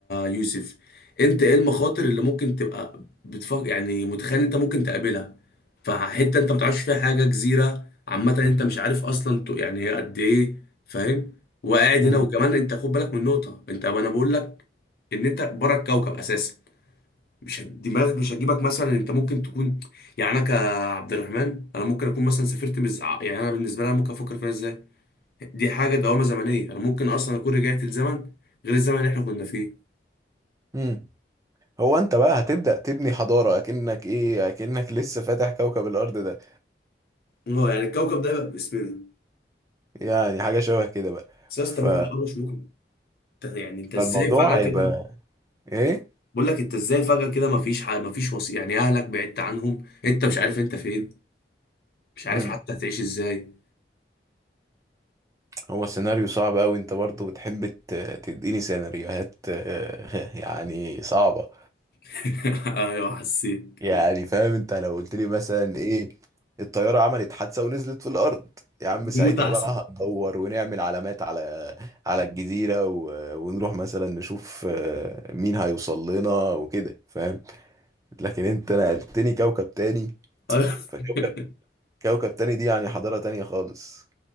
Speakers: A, on the left (about 55°); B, on the right (about 20°).
A: يوسف انت ايه المخاطر اللي ممكن تبقى بتفكر يعني متخيل انت ممكن تقابلها فحته انت ما تعرفش فيها حاجه جزيره عامه انت مش عارف اصلا ت- يعني هي قد ايه فاهم وقاعد
B: امم
A: هنا وكمان انت خد بالك من نقطه انت انا بقول لك ان انت بره الكوكب اساسا مش هت- دماغك مش هتجيبك مثلا انت ممكن تكون يعني انا كعبد الرحمن انا ممكن اكون مثلا سافرت مز... يعني انا بالنسبه لي انا ممكن افكر فيها ازاي دي حاجه دوامه زمنيه انا ممكن اصلا اكون رجعت لزمن غير الزمن اللي احنا كنا فيه
B: امم هو انت بقى هتبدأ تبني حضارة اكنك ايه اكنك لسه فاتح كوكب الارض ده
A: اه يعني الكوكب ده يبقى باسمنا
B: يعني حاجة شبه كده بقى
A: بس يا
B: ف...
A: اسطى برضه الحر مش مقنع انت يعني انت ازاي
B: فالموضوع
A: فجأة
B: هيبقى
A: كده
B: ايه
A: بقول لك انت ازاي فجأة كده مفيش ح... مفيش وصي يعني اهلك بعدت عنهم انت مش عارف انت فين مش عارف
B: امم
A: حتى هتعيش ازاي
B: هو سيناريو صعب قوي انت برضو بتحب ت- تديني سيناريوهات آه، <laughs> يعني صعبة
A: <laughs> ايوه حسيت
B: يعني فاهم انت لو قلت لي مثلا ايه الطيارة عملت حادثة ونزلت في الارض يا عم ساعتها
A: نموت احسن
B: بقى هندور ونعمل علامات على على الجزيرة و- ونروح مثلا نشوف آه، مين هيوصل لنا وكده فاهم لكن انت نقلتني كوكب تاني
A: أيوة.
B: فكوكب
A: <laughs>
B: كوكب تاني دي يعني حضارة تانية خالص